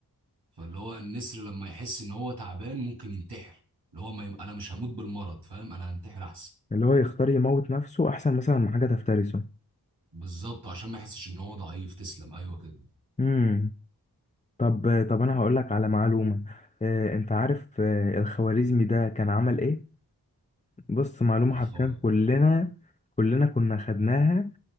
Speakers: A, on the right; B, on the left.
A: فاللي هو النسر لما يحس إن هو تعبان ممكن ينتحر اللي هو ما يم... أنا مش هموت بالمرض فاهم أنا هنتحر أحسن
B: اللي هو يختار يموت نفسه احسن مثلا من حاجة تفترسه
A: بالظبط عشان ما يحسش إن هو ضعيف تسلم أيوه كده
B: امم طب طب انا هقول لك على معلومة آه، انت عارف آه، الخوارزمي ده كان عمل ايه بص معلومة
A: الخو...
B: حرفيا كلنا كلنا كنا خدناها